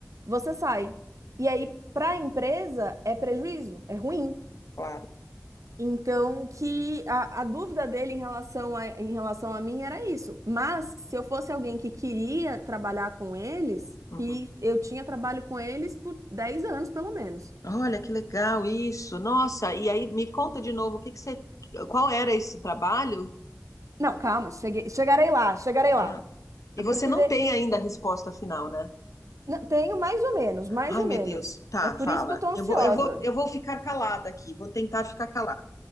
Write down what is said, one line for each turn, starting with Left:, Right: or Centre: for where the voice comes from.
Right: você sai. E aí, para a empresa, é prejuízo, é ruim.
Left: claro.
Right: Então, que a, a dúvida dele em relação a, em relação a mim era isso. Mas, se eu fosse alguém que queria trabalhar com eles,
Left: Uhum.
Right: que eu tinha trabalho com eles por 10 anos, pelo menos.
Left: Olha que legal isso. Nossa, e aí me conta de novo, o que que você, qual era esse trabalho?
Right: Não, calma, cheguei, chegarei lá, chegarei
Left: Ah,
Right: lá.
Left: e
Right: É
Left: você
Right: porque
Left: não
Right: de-
Left: tem ainda a resposta final, né?
Right: não, tenho mais ou menos, mais
Left: Ai,
Right: ou
Left: meu
Right: menos.
Left: Deus. Tá,
Right: É por
Left: fala.
Right: isso que eu tô ansiosa.
Left: Eu vou, eu vou, eu vou ficar calada aqui, vou tentar ficar calada.